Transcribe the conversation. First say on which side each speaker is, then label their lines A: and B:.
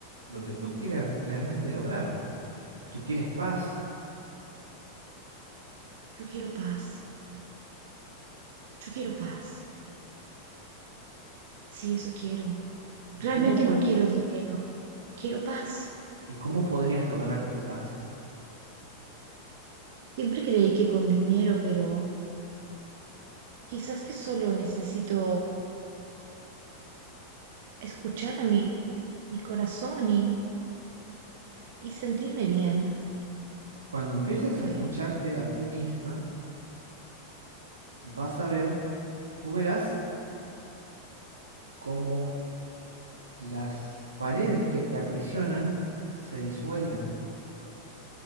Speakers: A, on the right (about 75°); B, on the right (about 55°).
A: lo que tú quieras realmente lograr. Tú quieres paz.
B: Yo quiero paz, yo quiero paz. Sí, eso quiero.
A: ¿Y
B: Realmente
A: cómo puedes?
B: no quiero dinero, quiero paz.
A: ¿Y cómo podrías lograr tu paz?
B: Siempre creí que con dinero, pero quizás que solo necesito escuchar a mi, mi corazón y, y sentirme bien.
A: Cuando empieces
B: ¿Tú qué
A: a
B: crees?
A: escucharte a ti misma, vas a ver, tú verás cómo las paredes que te aprisionan se disuelven,